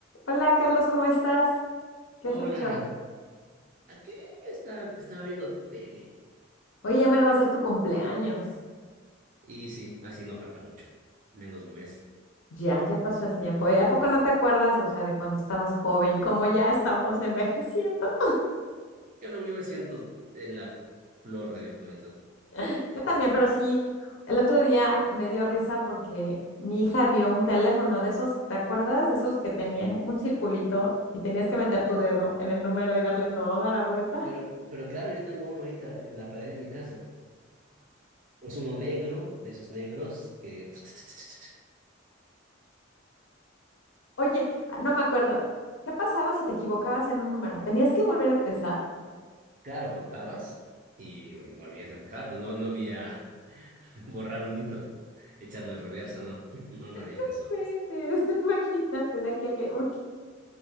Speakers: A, on the left; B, on the right.
A: Hola Carlos, ¿cómo estás? ¿Qué
B: Hola,
A: has hecho?
B: aquí está, estaba viendo tele.
A: Oye, ya mero va a ser tu cumpleaños.
B: Y sí, así no falta mucho, menos de un mes.
A: Ya, ya pasó el tiempo. Oye, ¿a poco no te acuerdas, o sea, de cuando estabas joven, cómo ya estamos envejeciendo?
B: Yo no, yo me siento en la flor de mi juventud.
A: <laughs> Yo también, pero sí, el otro día me dio risa porque mi hija vio un teléfono de esos, ¿te acuerdas? De esos que tenían un circulito y tenías que meter tu dedo en el número y darle toda la vuelta.
B: Pero,
A: <laughs>
B: pero claro, yo tengo uno ahorita en la pared de mi casa. Es uno negro, de esos negros que... <laughs>
A: Oye, ah, no me acuerdo. ¿Qué pasaba si te equivocabas en un número? ¿Tenías que volver a empezar?
B: Claro, cortabas y volvías a empezar, pues no, no había <laughs> borrar un hito, echarle reversa, ¿no? <laughs> No, no había
A: <laughs>
B: eso.
A: Inventes, <laughs> Imagínate de aquí a que... uy.